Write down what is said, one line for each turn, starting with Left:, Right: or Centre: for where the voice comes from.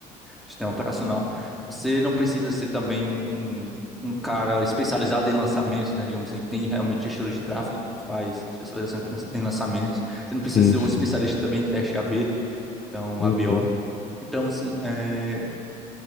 Centre: sistema operacional. Você não precisa ser também um, um, um cara especializado em lançamentos, né? Digamos assim, que tem realmente gestor de tráfego que faz especialização em trans- em lançamentos. Você não precisa
Left: Sim,
Centre: ser
Left: sim.
Centre: um especialista também em teste A/B, né? Então,
Left: Uhum.
Centre: A/B/O. Então, assim, é,